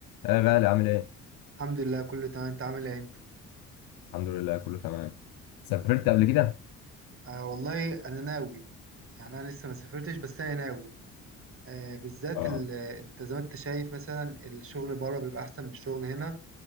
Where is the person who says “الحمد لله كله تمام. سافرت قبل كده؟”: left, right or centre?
Left